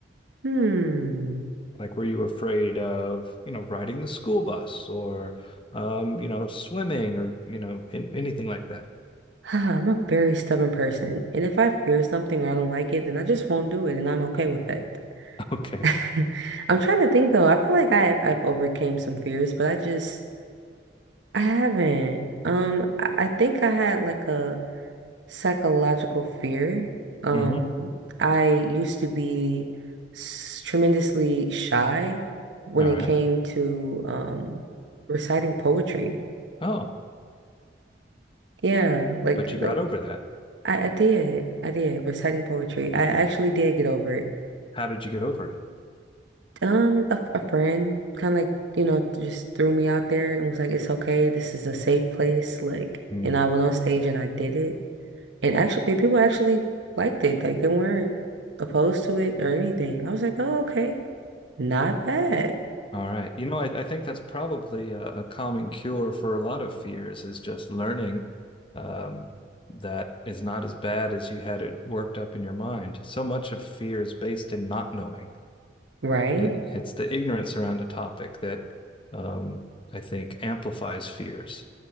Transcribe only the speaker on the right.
Hmm.
<sighs> I'm a very stubborn person, and if I fear something or I don't like it, then I just won't do it, and I'm okay with that.
<laughs> I'm trying to think though. I feel like I I've overcame some fears, but I just I haven't. Um, I, I think I had like a psychological fear. Um,
I used to be s- tremendously shy when
it
came to um reciting poetry.
Yeah, like
like
I, I did. I did reciting poetry. I actually did get over it.
Um, a, a friend kind of like, you know, just threw me out there and was like, it's okay. This is a safe place. Like,
and I went on stage and I did it. And actually, and people actually liked it. Like, they weren't opposed to it or anything. I was like, oh, okay. Not bad.
Right?